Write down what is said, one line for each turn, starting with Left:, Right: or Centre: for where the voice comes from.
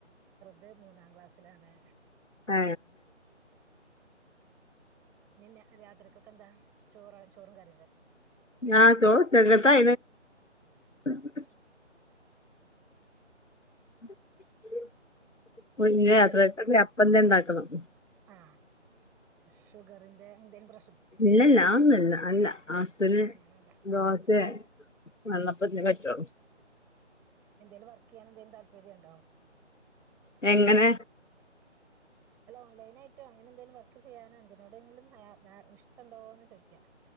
Centre: ത് മൂന്നാംക്ലാസിലാണ്
Left: ആ
Centre: ന്ന രാത്രിയത്തേക്കെന്ത ചോറ ചോ-റും കറിം
Left: ആ ചോറ്ണ്ട് <unintelligible> <unintelligible>
Centre: ഏ ആ ഷുഗറിന്റെ പ്രഷ
Left: ഇല്ലല്ലാന്നല്ല അല്ല ആസ്പിരിൻ
Centre: അങ്ങനെയല്ല
Left: <unintelligible>
Centre: ആ
Left: <unintelligible>
Centre: എന്തേലും വർക്ക് യാനെന്തേലും താല്പര്യണ്ടോ
Left: എങ്ങനെ
Centre: അല്ല ഓൺലൈനായ്ട്ടും അങ്ങനെന്തേലും വർക്ക് ചെയ്യാനൊന്തിനോടെങ്കിലും ഹ അ ഇഷ്ടൊണ്ടോന്ന് ചോയ്ക്യ